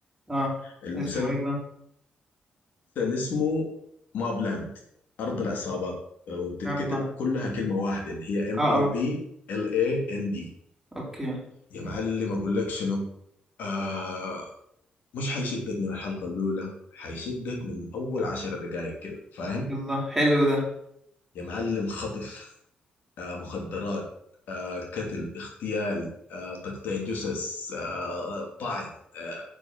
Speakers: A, in the centre; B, on the left.
A: اه
B: المسلسل
A: اسمه ايه بقى
B: اسمه ماب لاند ارض العصابات آه، وبتتكتب
A: بلان
B: كلها كلمه واحده اللي هي ام
A: اه
B: او
A: اه
B: بي ال اي ان دي
A: اوكي
B: يا معلم اقول لك شنو آه مش حيشدك من الحلقة الأولى حيشدك من أول عشر دقائق كده فاهم
A: يلا حلو ده
B: يا معلم خطف آه مخدرات آه قتل اغتيال آه تقطيع جثث آه طعن آه